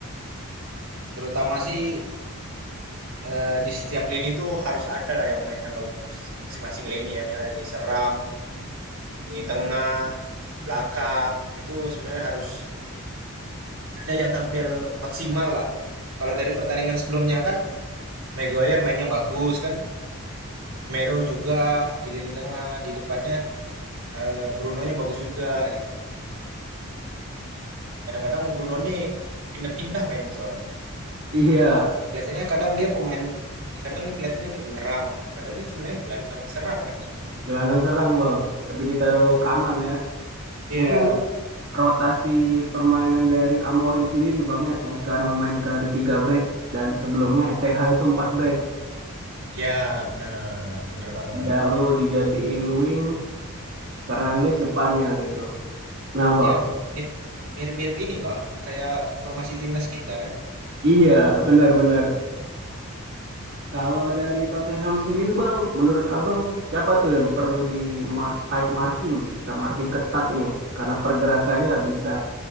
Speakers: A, on the right; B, on the right.
A: Terutama sih eh, di setiap lini tuh harus ada lah yang mainnya bagus. Di masing-masing lini ya, misalnya di serang, lini tengah, belakang, itu sebenarnya harus ada yang tampil maksimal lah. Kalau dari pertandingan sebelumnya kan, Maguire mainnya bagus kan, Casemiro juga di lini tengah, di depannya eh, Bruno-nya bagus juga gitu. Kadang-kadang Bruno nih pindah-pindah mainnya soalnya.
B: Iya,
A: Kelihatannya kadang dia pemain, kadang nih kelihatannya dia penyerang. Padahal dia sebenarnya gelandang serang kan sebenarnya.
B: gelandang serang bang, tapi ditaruh
A: Hmm,
B: kanan ya.
A: Iya,
B: Mungkin rotasi permainan dari Amorim sendiri bang ya, yang sekarang memainkan 3 back dan sebelumnya ETH itu 4 back.
A: ya benar, benar banget.
B: Dia lu dijadiin wing, Fernandes depannya gitu. Nah bang,
A: Iya, mirip- mirip-mirip ini bang, kayak formasi timnas kita kan.
B: iya benar-benar. Kalau dari Tottenham sendiri Bang, menurut Abang siapa tuh yang perlu di mar tight marking? Kita marking ketat nih karena pergerakannya bisa